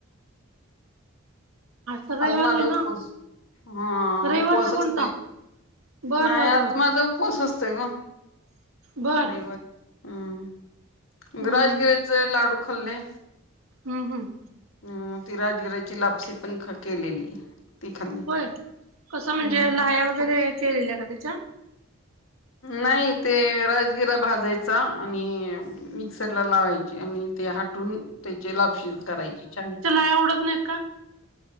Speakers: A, on the right; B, on the left.
A: तर रविवार
B: आज माझा
A: आहे ना
B: उपवास हा
A: रविवारचा
B: उपवास
A: कोणता?
B: असते
A: बर
B: नाही
A: बर
B: आज
A: बर
B: माझा उपस असतय ग
A: बर
B: हम्
A: हम्म
B: राजगिराचं लाडू खाल्णे
A: हम्म हम्म
B: अ ती राजगराची लापसी पण केलेली ती खाल्ली
A: होय कसं म्हणजे
B: हम्म
A: लाया वगैरे
B: खूप
A: केलेल्या का त्याच्या
B: नाही ते राजगिरा भाजायचा आणि मिक्सर ला लावायचे आणि ते हटून त्याचे लापशी करायची छान
A: का आवडत नाही का